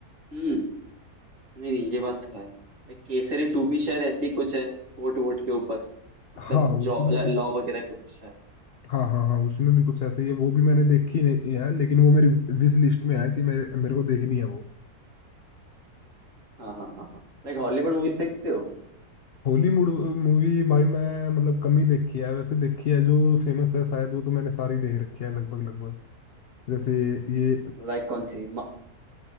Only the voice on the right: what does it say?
हम्म नहीं नहीं ये बात तो है एक केसरी टू भी शायद ऐसी ही कुछ है कोर्ट वोट के ऊपर मतलब
जॉ लॉ वगैरह के ऊपर शायद
हाँ हाँ हाँ हाँ लाइक हॉलीवुड मूवीज देखते हो
लाइक कौन सी